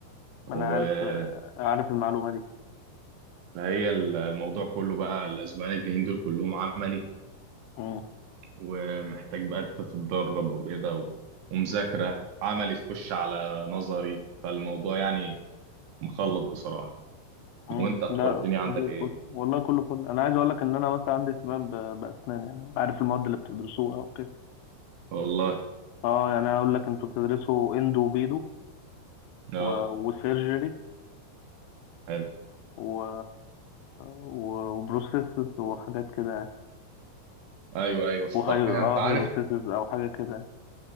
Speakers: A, on the left; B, on the right.
A: ما
B: و...
A: أنا عارف آه، عارف المعلومة دي
B: فهي ال- الموضوع كله بقى الاسبوعين الجايين دول كلهم عملي
A: مم.
B: ومحتاج بقى انت تتدرب وكده و... ومذاكره عملي تخش على نظري فالموضوع يعني مخلط بصراحه
A: مم.
B: وانت اخبار
A: لا
B: الدنيا عندك
A: زي الفل
B: ايه
A: والله كله فل أنا عايز أقول لك إن أنا مثلا عندي اهتمام ب- بأسنان يعني عارف المواد اللي بتدرسوها وكده
B: والله
A: أه يعني أقول لك أنتوا بتدرسوا إندو وبيدو
B: اه
A: و... وسيرجري
B: حلو.
A: و... و... وبروسيسز وحاجات كده يعني
B: ايوه ايوه صح
A: وهي اه
B: هي انت عارف
A: هايبوسيسز أو حاجة كده يعني